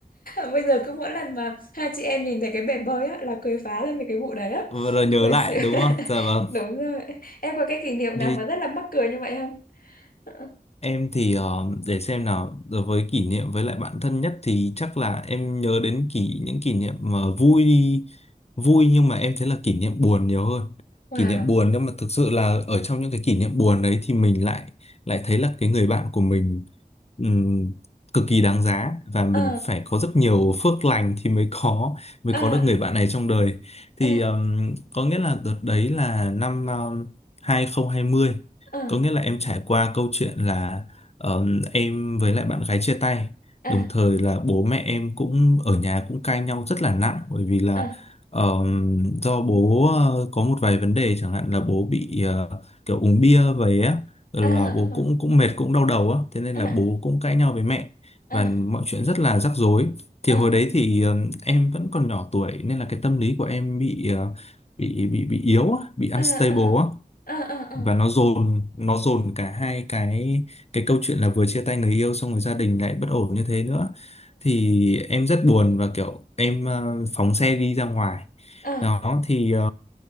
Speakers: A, on the left; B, on the left.
A: <laughs> bây giờ cứ mỗi lần mà hai chị em nhìn thấy cái bể bơi á là cười phá lên về cái vụ đấy á
B: Vừa rồi nhớ
A: cười
B: lại
A: xỉu
B: đúng không?
A: <laughs>
B: Dạ vâng.
A: đúng rồi em có cái kỷ niệm
B: Đây
A: nào mà rất là mắc cười như vậy không <laughs>
B: Em thì ờ, để xem nào đối với kỷ niệm với lại bạn thân nhất thì chắc là em nhớ đến kỷ những kỷ niệm mà vui vui nhưng mà em thấy là kỷ niệm buồn nhiều hơn
A: wow
B: kỷ niệm buồn nhưng mà thực sự là ở trong những cái kỷ niệm buồn đấy thì mình lại lại thấy là cái người bạn của mình ừm, cực kỳ đáng giá và mình
A: ờ
B: phải có rất nhiều phước lành thì mới có mới
A: à
B: có được người bạn này trong đời thì
A: à
B: ờm, có nghĩa là đợt đấy là năm um, 2020
A: à
B: có nghĩa là em trải qua câu chuyện là ờ, em với lại bạn gái chia tay,
A: à
B: đồng thời là bố mẹ em cũng ở nhà cũng cãi nhau rất là nặng bởi vì là
A: à.
B: ờ, do bố ờ, có một vài vấn đề chẳng hạn là bố bị ờ, kiểu uống bia về á rồi
A: à
B: là bố
A: à
B: cũng cũng mệt cũng đau đầu á, thế nên
A: à
B: là bố cũng cãi nhau với mẹ
A: à
B: và mọi chuyện rất là rắc rối. Thì
A: à
B: hồi đấy thì ờ, em vẫn còn nhỏ tuổi nên là cái tâm lý của em bị ờ, bị bị bị yếu á, bị unstable
A: à
B: á
A: à à à
B: và nó dồn nó dồn cả hai cái cái câu chuyện là vừa chia tay người yêu xong rồi gia đình lại bất ổn như thế nữa thì em rất buồn và kiểu em ờ, phóng xe đi ra ngoài
A: à
B: đó thì ờ,